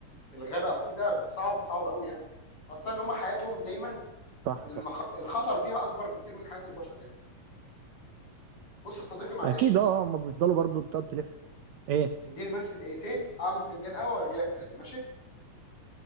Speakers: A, on the left (about 40°); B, on the right (about 65°).
A: في الغابه او كده صعب صعب قوي يعني خاصه ان هم حياتهم دايما
B: صح
A: المخ...
B: صح
A: الخطر فيها اكبر بكتير من حياه البشر يعني بص يا صديقي معلش
B: اكيد اه هم بيفضلوا برضه تقعد تلف ايه
A: اديني بس دقيقتين اعمل فنجان قهوه واجي لك تاني ماشي